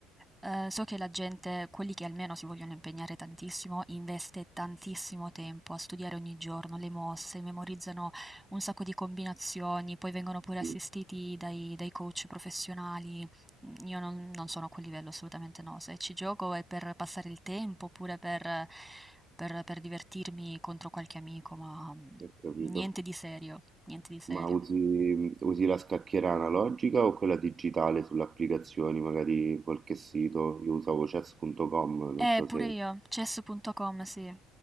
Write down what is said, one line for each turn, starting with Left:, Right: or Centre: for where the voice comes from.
Centre: eh, so che la gente, quelli che almeno si vogliono impegnare tantissimo, investe tantissimo tempo a studiare ogni giorno le mosse, memorizzano un sacco di combinazioni, poi vengono pure assistiti
Right: sì.
Centre: dai, dai coach professionali. Mm, Io non, non sono a quel livello assolutamente no, se ci gioco è per passare il tempo oppure per, per- per divertirmi contro qualche amico, ma mm,
Right: Ho capito.
Centre: niente di serio, niente di serio.
Right: Ma usi, usi la scacchiera analogica o quella digitale sulle applicazioni, magari qualche sito? Io usavo chess.com, non
Centre: Eh,
Right: so
Centre: pure
Right: se...
Centre: io, chess.com, sì.